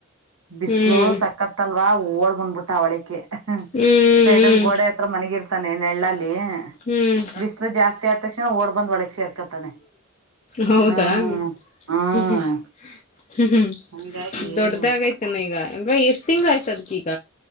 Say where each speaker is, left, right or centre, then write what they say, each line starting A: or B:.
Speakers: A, on the right (about 70°); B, on the left (about 30°).
A: ಬಿಸ್ಲು
B: ಹ್ಮ್
A: ಸಕ್ಕತ್ತ ಅಲ್ವಾ ಓಡ್ ಬಂದ್ಬಿಟ್ಟ ಒಳಿಕೆ
B: ಹ್ಮ್
A: ಸೈಡ್ಲ್ಲಿ ಗೋಡೆ ಹತ್ರ ಮಲಗಿರ್ತಾನೆ ನೆಳ್ಳಲ್ಲಿ
B: ಹ್ಮ್
A: ಬಿಸ್ಲು ಜಾಸ್ತಿ ಆದ ತಕ್ಷಣ ಓಡ್ ಬಂದ್ ಒಳಗ್ ಸೇರ್ಕತಾನೆ
B: ಹೌದಾ.
A: ಹ್ಮ್ ಹ್ಮ್
B: ಹ್ಮ ಹ್ಮ ಹ್ಮ್
A: ಹಂಗಾಗಿ
B: ದೊಡ್ಡದಾಗೈತನೆ
A: ಒಂಥರ
B: ಈಗ ಅಲ್ವ ಎಷ್ಟ್ ತಿಂಗ್ ಆಯ್ತ ಅದ್ಕೀಗ.